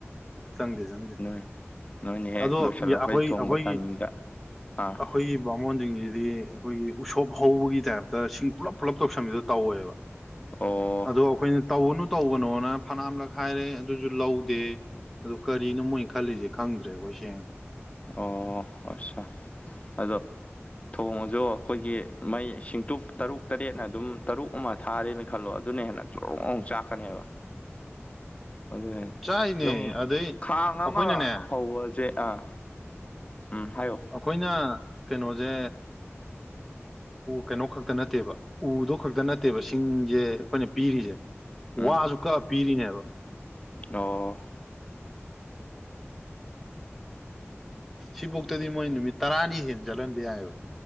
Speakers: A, in the centre; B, on the left (about 30°).
A: ꯆꯪꯗꯦ ꯆꯪꯗꯦ
B: ꯅꯣꯏ ꯅꯣꯏꯅꯦ ꯍꯦꯛ
A: ꯑꯗꯣ
B: ꯂꯣꯏꯁꯤꯜꯂꯛꯄꯩ
A: ꯑꯩꯈꯣꯏ
B: ꯊꯣꯡꯕ
A: ꯑꯩꯈꯣꯏꯒꯤ
B: ꯇꯥꯏꯅꯤꯡꯡꯗ ꯑꯥ
A: ꯑꯩꯈꯣꯏꯒꯤ ꯕꯥꯃꯣꯟꯁꯤꯡꯁꯤꯗꯤ ꯑꯩꯈꯣꯏꯒꯤ ꯎꯁꯣꯞ ꯍꯧꯕꯒꯤ ꯇꯥꯏꯞꯇ ꯁꯤꯡ ꯄꯨꯂꯞ ꯄꯨꯂꯞ ꯇꯧꯁꯟꯕꯤꯗ ꯇꯧꯋꯦꯕ
B: ꯑꯣ
A: ꯑꯣ ꯑꯩꯈꯣꯏꯅ ꯇꯧꯅꯨ ꯇꯧꯕꯅꯣꯅ ꯐꯅꯝꯂꯛ ꯍꯥꯏꯥꯏꯔꯦ ꯑꯗꯨꯁꯨ ꯂꯧꯗꯦ ꯑꯣ ꯀꯔꯤꯅꯣ ꯃꯣꯏꯅ ꯈꯜꯂꯤꯁꯦ ꯈꯪꯗ꯭ꯔꯦꯕꯣꯏ ꯁꯦꯡꯅ
B: ꯑꯣ ꯑꯁꯥ ꯑꯗꯣ ꯊꯣꯡ ꯑꯁꯨ ꯑꯩꯈꯣꯏꯒꯤ ꯃꯩ ꯁꯤꯡꯇꯨꯞ ꯇꯔꯨꯛ ꯇꯔꯦꯠꯅ ꯑꯗꯨꯝ ꯇꯔꯨꯛ ꯑꯃ ꯊꯥꯔꯦꯅ ꯈꯜꯂꯣ ꯑꯗꯨꯅ ꯍꯦꯟꯅ ꯆꯣꯡꯣꯡ ꯆꯥꯛꯀꯅꯤ ꯍꯥꯏꯕ ꯑꯗꯨ
A: ꯆꯥꯏꯅꯦ
B: ꯑꯗꯨꯝ
A: ꯑꯗꯩ
B: ꯈꯥꯡ
A: ꯑꯩꯈꯣꯏꯅꯅꯦ
B: ꯑꯃ ꯍꯧꯕꯁꯦ ꯑꯥ ꯎꯝ ꯍꯥꯏꯌꯣ
A: ꯑꯩꯈꯣꯏꯅ ꯀꯩꯅꯣꯁꯦ ꯀꯩꯅꯣ ꯈꯛꯇ ꯅꯠꯇꯦꯕ ꯎꯗꯣ ꯈꯛꯇ ꯅꯠꯇꯦꯕ ꯁꯤꯡꯁꯦ ꯑꯩꯈꯣꯏꯅ ꯄꯤꯔꯤꯁꯦ
B: ꯎꯝ
A: ꯋꯥꯁꯨ ꯀꯛꯑ ꯄꯤꯔꯤꯅꯦꯕ
B: ꯑꯣ
A: ꯁꯤꯐꯣꯛꯇꯗꯤ ꯃꯣꯏ ꯅꯨꯃꯤꯠ ꯇꯔꯥꯅꯤ ꯍꯦꯟꯟꯅ ꯆꯠꯍꯟꯕ ꯌꯥꯏꯑꯕ